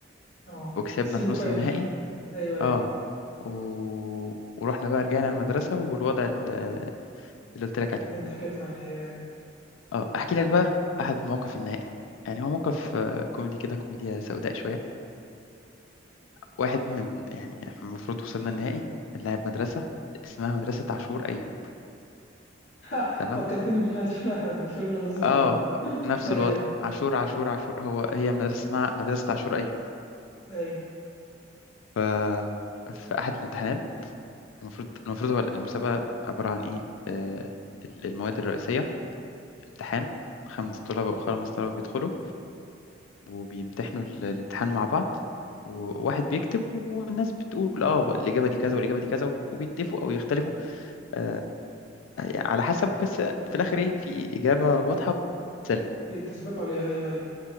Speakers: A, on the left (about 50°); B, on the left (about 80°).
A: اه
B: وكسبنا
A: سيمي
B: في
A: فاينل
B: نص النهائي
A: ايوه ايوه
B: اه و... ورحنا بقى رجعنا المدرسه والوضع ال- اللي قلت لك عليه
A: اللي انت حكيت لي عنها ايوه ايوه
B: اه احكي لك بقى احد مواقف النهائي يعني هو موقف آه، كوميدي كده كوميديا سوداء شويه واحد من يعني إحنا المفروض وصلنا النهائي اللاعب مدرسة اسمها مدرسة عاشور أيوب
A: <laughs>
B: تمام
A: فكرتني بف- بفيلم الناظر
B: اه
A: آه،
B: نفس
A: ايوه
B: الوضع عاشور عاشور عاشور هو هي مدرسة اسمها مدرسة عاشور أيوب
A: ايوه
B: ف... في أحد الامتحانات المفروض المفروض هو المسابقة عبارة عن إيه آه ال- المواد الرئيسية امتحان خمس طلبة خمس طلبة بيدخلوا وبيمتحنوا ال- الامتحان مع بعض وواحد بيكتب والناس بتقول اه الإجابة دي كذا والإجابة دي كذا وب- وبيتفقوا أو يختلفوا آه، على حسب بس في الاخر ايه في اجابه واضحه بتسلم
A: ايوه تثبت عليها ايوه ايوه